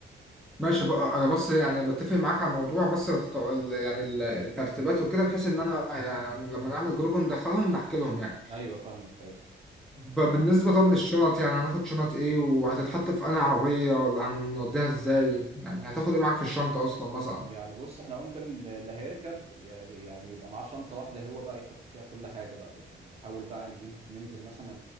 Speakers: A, in the centre; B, on the right.
A: ماشي بقى انا بس يعني بتفق معاك على الموضوع بس الخط... ال- يعني ال- الترتيبات وكده بحيث ان انا يعني لما نعمل جروب وندخلهم نحكي لهم يعني
B: ايوه فاهمك ايوه
A: ب-
B: طب
A: بالنسبة طب للشنط يعني هناخد شنط ايه وهتتحط في انهي عربية ولا هنوديها ازاي يعني هتاخد ايه معاك في الشنطة اصلا مثلا
B: يعني بص احنا ممكن اللي هيركب ي- يعني يبقى معاه شنطة واحدة هو بقى يحط فيها كل حاجة بقى يعني حاول بقى نجيب ننزل مثلا